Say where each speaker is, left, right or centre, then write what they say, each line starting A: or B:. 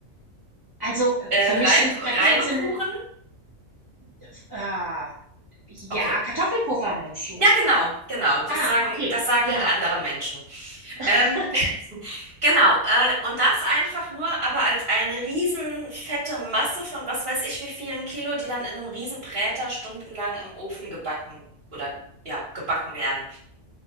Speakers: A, on the right; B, on the right.
A: Also, äh,
B: Äh,
A: für mich
B: Rei
A: sind Kreppel
B: Reibekuchen?
A: sind, äh, ah, ja,
B: Okay.
A: Kartoffelpuffer meinst du?
B: Ja, genau, genau. Das
A: Ah,
B: sagen,
A: okay,
B: das sagen
A: ja.
B: halt andere Menschen.
A: <laughs>
B: Ähm, <laughs> genau. Äh, und das einfach nur, aber als eine riesen fette Masse von was weiß ich wie vielen Kilo, die dann in einem riesen Bräter stundenlang im Ofen gebacken oder ja, gebacken werden.